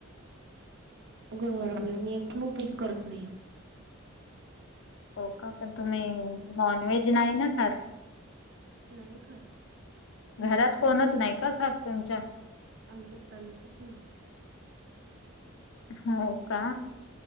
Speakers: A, on the right; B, on the left.
A: गुरुवार वेगैरे मी एक हि उपवास करत नाही.
B: हो.. का.. पण तुम्ही नॉन व्हेज नाही ना खात?
A: नाही खात.
B: घरात कोणच नाही का खात तुमच्या?
A: आमच्यात चालतच नाही.
B: हो.. का?